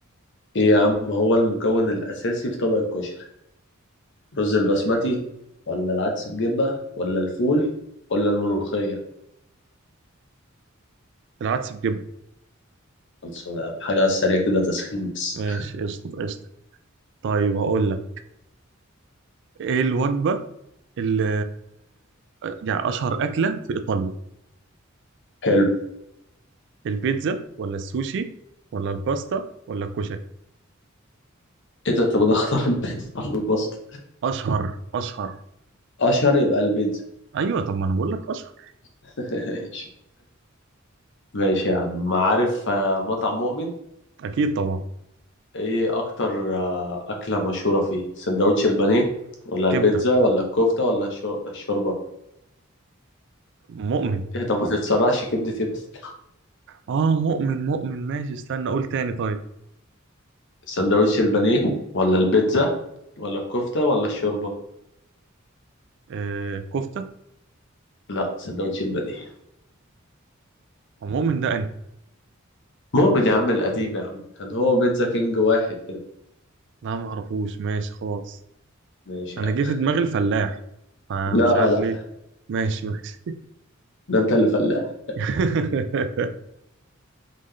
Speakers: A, on the left; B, on the right.
A: ايه يا عم هو المكون الاساسي في طبق الكشري رز البسمتي ولا العدس بجبه ولا الفول ولا الملوخيه
B: العدس بجبن
A: خلصونا يا عم حاجه على السريع كده تسخين بس
B: ماشي قشطة قشطة طيب هقول لك إيه الوجبة اللي يعني أشهر أكلة في إيطاليا
A: <laughs> حلو
B: البيتزا ولا السوشي ولا الباستا ولا الكشري
A: ايه ده طب انا اختار البيتزا ولا الباستا
B: اشهر اشهر
A: اشهر يبقى البيتزا
B: ايوه طب ما انا بقول لك اشهر
A: <laughs> ماشي ماشي يا عم عارف آه، مطعم مؤمن
B: اكيد طبعا
A: ايه اكتر آه، اكله مشهوره فيه سندوتش البانيه ولا
B: كبده
A: البيتزا ولا الكفته ولا الشو- الشوربه
B: مؤمن
A: ايه ده ما تتسرقش كبدتي بس
B: اه مؤمن مؤمن ماشي استنى اقول تاني طيب
A: سندوتش البانيه ولا البيتزا ولا الكفته ولا الشوربه
B: آه كفته
A: لا سندوتش البانيه
B: ومؤمن ده انهي
A: مؤمن يا عم القديم يا عم كان هو بيتزا كينج واحد كده
B: لا ما اعرفوش ماشي خلاص
A: ماشي
B: انا
A: يا عم
B: جه في دماغي الفلاح فمش
A: لا
B: عارف
A: لا
B: ليه ماشي ماشي
A: ده انت اللي فلاح
B: <laughs>